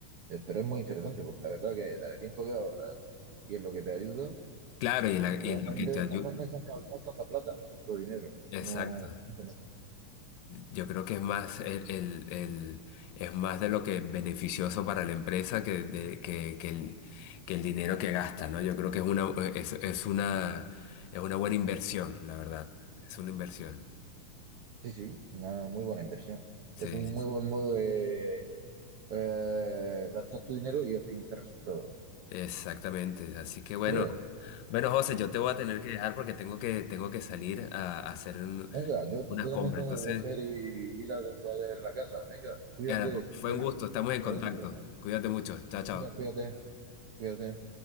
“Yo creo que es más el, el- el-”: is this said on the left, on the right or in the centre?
Left